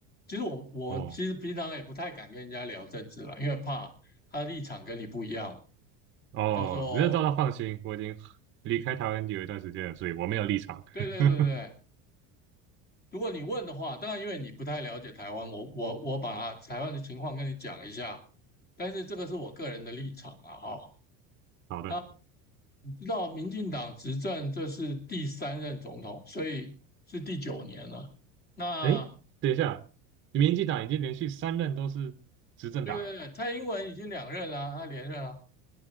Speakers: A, on the left; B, on the right.
A: 其实我我其实平常也不太敢跟人家聊政治了，
B: 哦
A: 因为怕他立场跟你不一样，
B: 哦，
A: 到时候，
B: 没有遭到放心，我已经离开台湾有一段时间了，所以我没有立场。
A: 对对对对，
B: <laughs>
A: 如果你问的话，当然因为你不太了解台湾，我我我把台湾的情况跟你讲一下，但是这个是我个人的立场啊，哈、
B: 好的，
A: 那你知道民进党执政这是第三任总统，所以是第九年了。那
B: 哎，等一下，民进党已经连续三任都是执政党了。
A: 对对对，蔡英文已经两任了，他连任了。